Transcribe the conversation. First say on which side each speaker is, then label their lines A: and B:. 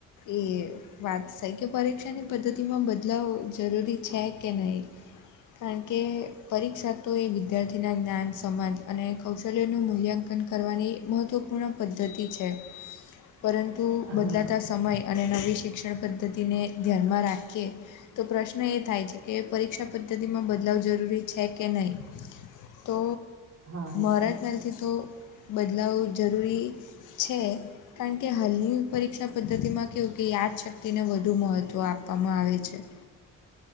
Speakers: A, on the left (about 80°); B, on the right (about 50°).
A: એ વાત છે, કે પરીક્ષાની પદ્ધતિમાં બદલાવ જરૂરી છે, કે નહીં કારણ કે પરીક્ષા તો એ વિદ્યાર્થી ના જ્ઞાન સમાજ અને કૌશલ્યોનું મૂલ્યાંકન કરવાની મહત્ત્વપૂર્ણ પદ્ધતિ છે. પરંતુ બદલાતા
B: હા
A: સમય અને નવી શિક્ષણ પદ્ધતિને ધ્યાનમાં રાખીએ તો પ્રશ્ન એ થાય છે, કે પરીક્ષા પદ્ધતિમાં બદલાવ જરૂરી છે, કે નહીં? તો
B: હા એ
A: મારા
B: તો
A: ખ્યાલથી તો બદલાવ જરૂરી છે. કારણ કે હાલની પરીક્ષા પદ્ધતિમાં કેવું કે યાદશક્તિને વધુ મહત્ત્વ આપવામાં આવે છે.